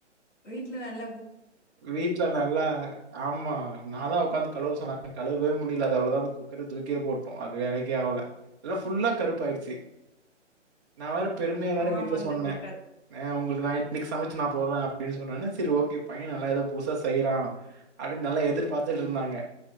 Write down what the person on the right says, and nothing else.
வீட்ல நல்லா ஆமா நான்தா உக்காந்து கழுவ சொன்ன கழுவவே முடியல அது அவ்ளோதா அந்த குக்கர தூக்கியே போட்டோ அது வேலைக்கே ஆவல எல்லா ஃபுல்லா கருப்புாயிருச்சு நா வேற பெருமையா வேற
வீட்ல
சொன்ன
ஆ உங்களுக்கு நா இன்னைக்கு சமச்சு நா போட்ற அப்பின்னு சொன்னானே செரி ஓகே பையே நல்லா எதோ புதுசா செய்றா அப்டின் நல்லா எதிர்பாத்துட்ருந்தாங்க